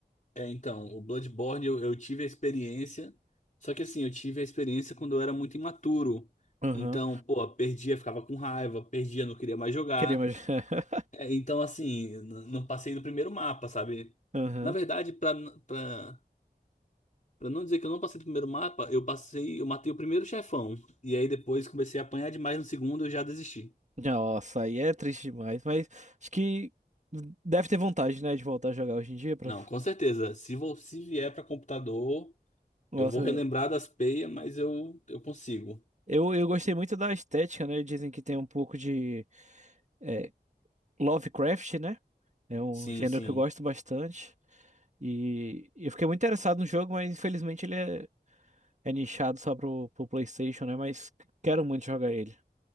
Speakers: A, on the left; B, on the right.
A: é, então, o Bloodborne eu, eu tive a experiência, só que assim, eu tive a experiência quando eu era muito imaturo.
B: Aham.
A: Então, pô, perdia, ficava com raiva, perdia, não queria mais jogar.
B: Querer mais. <laughs>
A: É, então, assim, n- não passei do primeiro mapa, sabe?
B: Aham.
A: Na verdade, pra, n- pra, pra não dizer que eu não passei do primeiro mapa, eu passei, eu matei o primeiro chefão. E aí depois comecei a apanhar demais no segundo, eu já desisti.
B: Nossa, aí é triste demais, mas acho que deve ter vontade, né, de voltar a jogar hoje em dia para
A: Não, com certeza. Se, vo- se vier para computador,
B: Nossa,
A: eu vou relembrar das peias, mas eu, eu consigo.
B: eu, eu gostei muito da estética, né? Dizem que tem um pouco de é, Lovecraft, né? É um
A: Sim,
B: gênero
A: sim.
B: que eu gosto bastante e eu fiquei muito interessado no jogo, mas infelizmente ele é, é nichado só pro, pro PlayStation, né? Mas quero muito jogar ele.